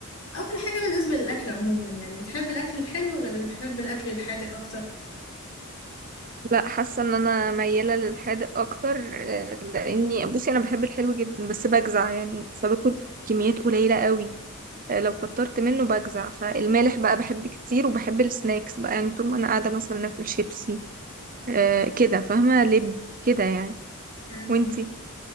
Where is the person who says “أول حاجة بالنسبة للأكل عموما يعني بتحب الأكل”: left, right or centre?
Left